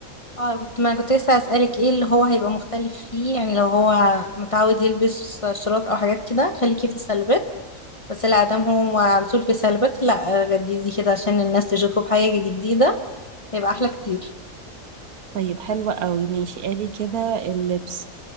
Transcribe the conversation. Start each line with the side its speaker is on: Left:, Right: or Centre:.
Left: اه كنت ما كنت لسه هسألك ايه اللي هو هيبقى مختلف فيه يعني لو هو متعود يلبس شراط او حاجات كده خليكي في السلبات بس لا دام هو على طول في سلبات لا جديدي كده عشان الناس تشوفه بحاجة جديدة هيبقى احلى كتير
Right: طيب حلوة قوي ماشي أدي كده اللبس